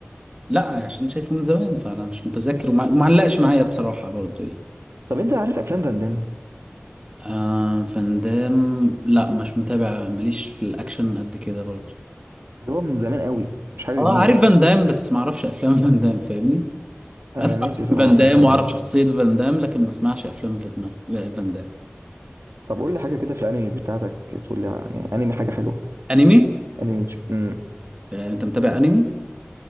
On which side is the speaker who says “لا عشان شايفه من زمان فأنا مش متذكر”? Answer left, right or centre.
Right